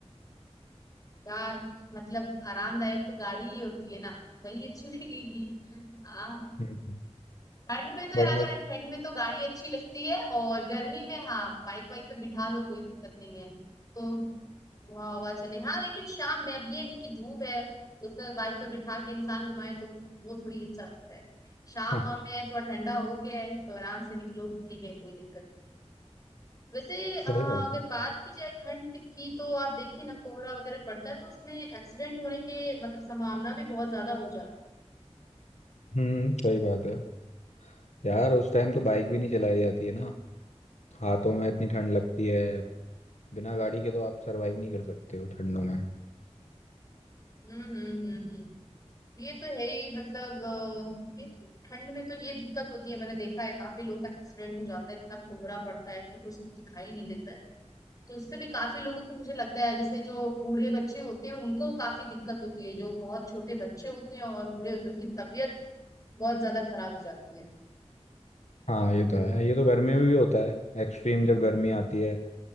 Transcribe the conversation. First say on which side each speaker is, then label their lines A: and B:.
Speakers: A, on the left (about 30°); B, on the left (about 75°).
A: यार मतलब आरामदायक तो गाड़ी ही होती है ना वही अच्छी लगेगी हाँ
B: हम्म
A: ठंड में तो यार
B: बट मुझे
A: ठंड में तो गाड़ी अच्छी लगती है और गर्मी में हाँ बाइक वाइक पे बिठा लो कोई दिक्कत नहीं है तो हवा हवा चले हाँ लेकिन शाम में अब ये नहीं कि धूप है उसमें बाइक पे बिठा के इंसान घुमाए तो वो थोड़ी अच्छा लगता है शाम
B: <laughs>
A: वाम में थोड़ा ठंडा हो गया है तो आराम से निकलो ठीक है कोई दिक्कत वैसे अ,
B: सही
A: अगर
B: बात है
A: बात की जाए ठंड की तो आप देखिए ना कोहरा वगैरह पड़ता है तो उसमें एक्सीडेंट होने के मतलब संभावना भी बहुत ज्यादा हो जाती
B: हम्म सही बात है यार उस टाइम तो बाइक भी नहीं चलाई जाती है ना हाथों में इतनी ठंड लगती
A: है
B: है बिना गाड़ी के तो आप सरवाइव नहीं कर सकते हो ठंडों में
A: हम्म हम्म हम्म हम्म। हम्म। ये तो है ही मतलब अ, ये तो ठंड में तो ये दिक्कत होती है मैंने देखा है काफी लोग का एक्सीडेंट हो जाता है इतना कोहरा पड़ता है कि कुछ दिखाई नहीं देता है तो उससे भी काफी लोगों को मुझे लगता है जैसे जो बूढ़े बच्चे होते हैं उनको काफी दिक्कत होती है जो बहुत छोटे बच्चे होते हैं और बूढ़े होते हैं उनकी तबीयत बहुत ज्यादा खराब हो जाती है
B: हाँ ये तो है ये तो गर्मियों में भी होता है एक्सट्रीम जब गर्मी आती है